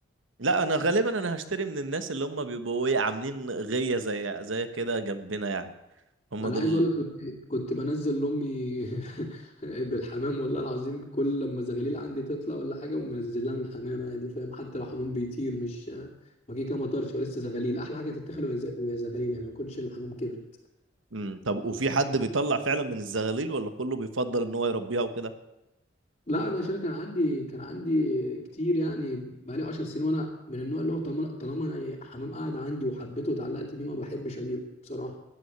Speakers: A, on the right (about 90°); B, on the left (about 35°).
A: لا انا غالبا انا هشتري من الناس اللي هم بيبقوا ايه عاملين غية زي زي كده جنبنا يعني هم
B: انا
A: دول
B: عايز اقول لك كنت كنت بنزل لامي <laughs> بالحمام والله العظيم كل لما زغاليل عندي تطلع ولا حاجه ومنزل لها من الحمام عادي فاهم حتى لو حمام بيطير مش ما جه كده مطرش ولسه زغاليل احلى حاجه تتاكل وهي ز- وهي زغاليل يعني ما يكونش الحمام كبرت
A: امم طب وفي حد بيطلع فعلا من الزغاليل ولا كله بيفضل ان هو يربيها وكده
B: لا انا عشان كان عندي كان عندي كتير يعني بقالي 10 سنين وانا من النوع اللي هو طالما طالما يعني حمام قاعد عندي وحبيته واتعلقت بيه ما بحبش ابيعه بصراحه